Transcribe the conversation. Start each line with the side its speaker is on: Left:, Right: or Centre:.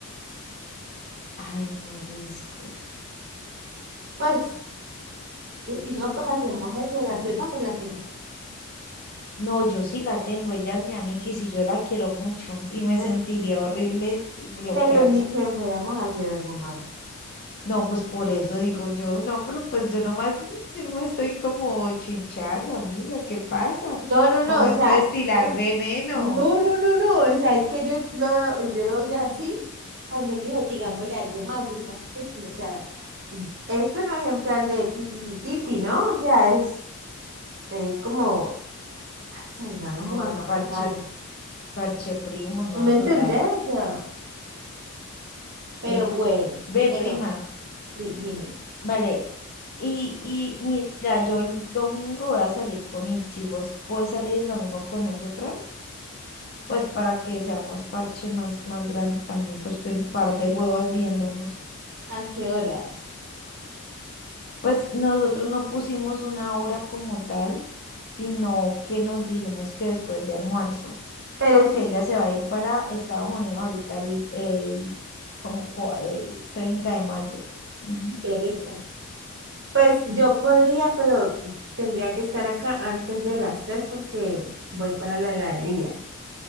Left: ay, mariscos.
Right: Pues, y si no, pues hacemos el relato. Yo también la tengo.
Left: No, yo sí la tengo, ella es mi amiga y si yo la quiero mucho y me
Right: Pues,
Left: sentiría horrible bloquearla.
Right: pero ni que fuéramos a hacer algo malo.
Left: No, pues por eso digo yo, no, pero pues yo nomás, mm, yo nomás estoy como chinchando, amiga, ¿qué pasa?
Right: No, no, no,
Left: Momento
Right: o sea,
Left: de estilar
Right: uy,
Left: veneno.
Right: No, no, no, no, o sea, es que yo lo, yo lo vi así cuando él dijo, digámosle a alguien más, yo dije, "Ah, pues, sí, o sea, esto no es en plan de ti, ti, ti, ti, ti, ¿no? O sea, es, es como, ay, salgamos,
Left: No,
Right: hagamos
Left: parche,
Right: algo.
Left: parche primo, no,
Right: ¿No me
Left: total.
Right: entendés? O sea, pero
Left: Epa.
Right: bueno,
Left: Ve,
Right: pero
Left: prima,
Right: di- dime,
Left: vale. Y, y mira, yo el domingo voy a salir con Itzi, ¿vos puedes salir el domingo con nosotras? pues para que seamos parche más, más grande también, porque un par de huevas viéndonos.
Right: ¿a qué horas?
Left: Pues nosotros no pusimos una hora como tal, sino que nos dijimos que después de almuerzo,
Right: Pero
Left: porque
Right: sí,
Left: ella se va a ir para Estados Unidos ahorita el, el, como cua- el 30 de mayo. Ujú.
Right: qué rico. Pues yo podría, pero tendría que estar acá antes de las tres porque voy para la heladería.